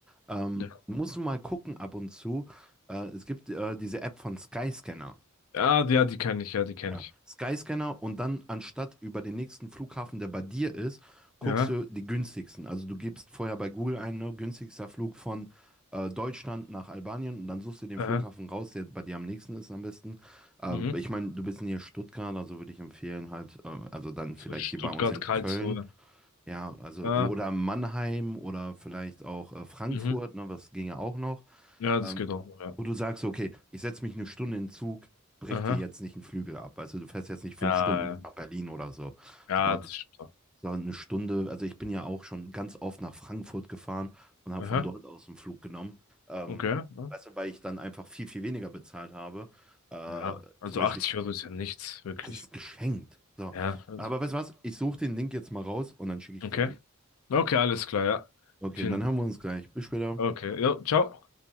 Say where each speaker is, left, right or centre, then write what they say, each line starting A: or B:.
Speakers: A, in the centre; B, on the left (about 85°).
A: Ähm,
B: Ja,
A: musst du mal gucken ab und zu. Äh, es gibt äh, diese App von Skyscanner.
B: ja, die, ja, die kenne ich, ja, die kenne
A: Ja.
B: ich.
A: Skyscanner und dann anstatt über den nächsten Flughafen, der bei dir ist, guckst
B: Ja,
A: du die günstigsten. Also du gibst vorher bei Google ein, ne, günstigster Flug von äh, Deutschland nach Albanien und dann suchst du den
B: aha.
A: Flughafen raus, der bei dir am nächsten ist am besten. Ähm,
B: mhm.
A: ich meine, du bist hier in Stuttgart, also würde ich empfehlen halt, äh, also dann vielleicht
B: So Stuttgart-Karlsruhe.
A: hier bei uns in Köln ja, also
B: Ja.
A: äh, oder Mannheim oder vielleicht auch äh, Frankfurt,
B: Mhm.
A: ne, was ginge auch noch,
B: Ja,
A: ähm,
B: das geht auch noch, ja.
A: wo du sagst, okay, ich setze mich eine Stunde in den Zug, brech
B: Aha.
A: dir jetzt nicht einen Flügel ab. Also du fährst jetzt nicht fünf
B: Ja,
A: Stunden bis
B: ja,
A: nach Berlin oder so,
B: Ja,
A: sondern,
B: das stimmt auch.
A: sondern eine Stunde. Also ich bin ja auch schon ganz oft nach Frankfurt gefahren und habe
B: Aha.
A: von dort aus einen Flug genommen. Ähm,
B: Okay. Ja,
A: weißt du, weil ich dann einfach viel, viel weniger bezahlt habe. Äh,
B: Ja, also
A: zum Beispiel,
B: 80 Euro ist ja nichts, wirklich.
A: das ist geschenkt. So.
B: Ja. also-
A: Aber weißt du was? Ich suche den Link jetzt mal raus und dann schicke ich
B: Okay.
A: dir den.
B: Okay, alles klar, ja.
A: Okay,
B: Vielen
A: dann
B: Dank.
A: hören wir uns gleich. Bis später.
B: Okay. Jo, ciao.